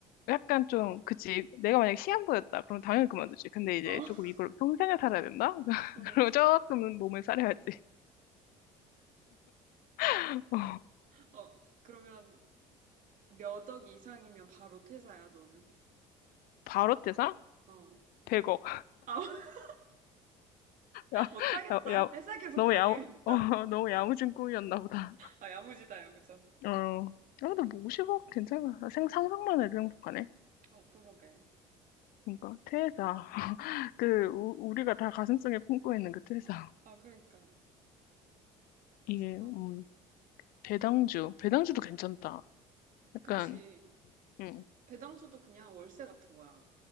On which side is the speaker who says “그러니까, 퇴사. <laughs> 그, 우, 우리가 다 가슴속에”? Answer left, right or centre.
Left